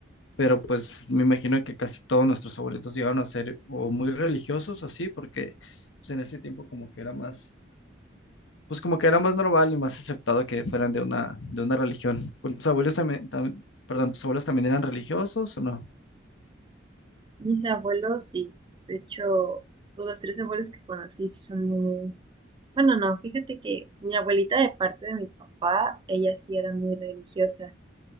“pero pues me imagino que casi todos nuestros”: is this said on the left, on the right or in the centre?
Left